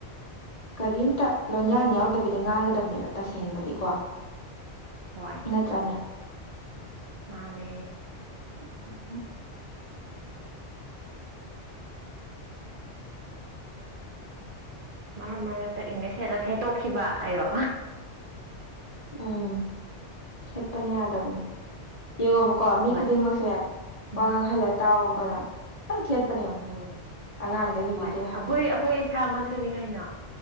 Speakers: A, on the left; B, on the right.
A: ꯀꯔꯤꯝꯇ ꯂꯣꯟꯌꯥꯟ ꯌꯥꯎꯗꯕꯤꯗ ꯉꯥꯡꯒꯗꯕꯅꯦꯕ ꯇꯁꯦꯡꯕꯗꯤꯀꯣ
B: ꯍꯣꯏ
A: ꯇ꯭ꯔꯥꯅꯦ
B: ꯃꯥꯅꯦ
A: <unintelligible>
B: ꯃꯔꯛ ꯃꯔꯛꯇ ꯏꯪꯂꯤꯁ ꯍꯦꯛꯇ ꯊꯦꯠꯇꯣꯛꯈꯤꯕ ꯍꯥꯏꯌꯣ
A: ꯎꯝ ꯊꯦꯠꯄꯅꯦ ꯌꯥꯗꯕꯅꯦ ꯌꯦꯡꯉꯣꯕꯀꯣ ꯃꯤ
B: ꯍꯣꯏ
A: ꯈꯨꯗꯤꯡꯃꯛꯁꯦ ꯋꯥ
B: ꯎꯝ
A: ꯉꯥꯡꯍꯜꯂ ꯇꯥꯎꯕꯀꯣ
B: ꯎꯝ
A: ꯅꯪ ꯑꯗꯨꯝ ꯊꯦꯠꯄꯅꯦ ꯌꯦꯡꯉꯣ
B: ꯎꯝ
A: ꯑꯉꯥꯡꯗꯩ ꯅꯨꯕꯤꯗꯩ
B: ꯍꯣꯏ ꯑꯩꯈꯣꯏ
A: ꯑꯍꯟꯗꯩ
B: ꯑꯩꯈꯣꯏ ꯏꯁꯥꯃꯛꯁꯨꯅꯤ ꯀꯩꯅꯣ